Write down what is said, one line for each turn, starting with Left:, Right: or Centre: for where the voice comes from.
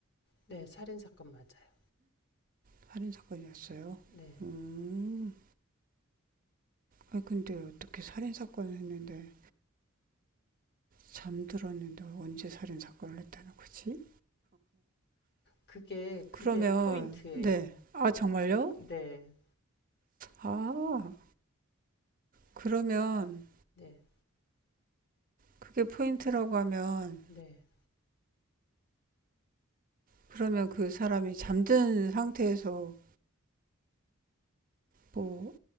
Left: 네. 살인사건 맞아요.
Right: 살인사건이었어요.
Left: 네.
Right: 음, 아 근데 어떻게 살인사건을 했는데, 잠들었는데 언제 살인사건을 했다는 거지?
Left: 그게, 그게
Right: 그러면,
Left: 포인트예요.
Right: 네. 아, 정말요?
Left: 네.
Right: 아, 그러면
Left: 네.
Right: 그게 포인트라고 하면,
Left: 네.
Right: 그러면 그 사람이 잠든 상태에서 뭐